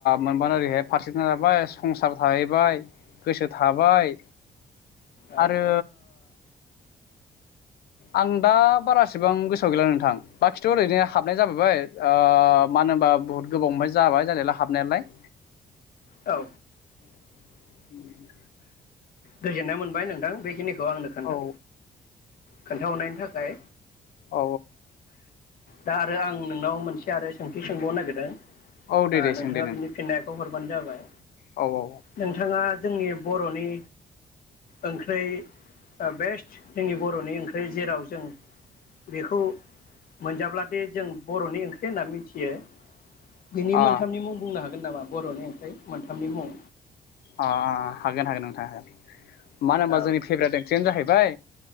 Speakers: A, on the left; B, on the left.
A: मोनबानो ओरैहाय फारसेथि जाबाय संसार थाहैबाय, गोसो थाबाय
B: औ
A: आरो आं दा बारासिबां गोसोआव गैला नोंथां बाखिथ ओरैनो हाबनाय जाबायबाय ओ मानो होनबा बुहुत गोबावनिफ्राय जाबाय जानायालाय हाबनायालाय।
B: औ
A: उ <unintelligible>
B: गोजोननाय मोनबाय नोंथां बेखिनिखौ आंनो खोन्था
A: औ
B: खोन्थाहरनायनि थाखाय
A: औ
B: दा आरो आं नोंनाव मोनसे आरो सोंथि सोंबावनो नागिरदों।
A: औ दे दे
B: नोंथाङा
A: सों दे नोंथां
B: बिनि फिननायखौ हर बानो जाबाय
A: औ औ
B: नोंथाङा जोंनि बरनि ओंख्रै बेस्ट जोंनि बरनि ओंख्रि जेराव जों बेखौ मोनजाब्लाथाय जों बरनि ओंख्रि होनना मिथियो बिनि
A: अ
B: मोनथामनि मुं बुंनो हागोन हागोन नामा बरनि ओंख्रि मोनथामनि मुं?
A: अ हागोन हागोन नोंथां हागोन। मानो होनबा
B: औ
A: जोंनि फेभ्रेट ओंख्रियानो जाहैबाय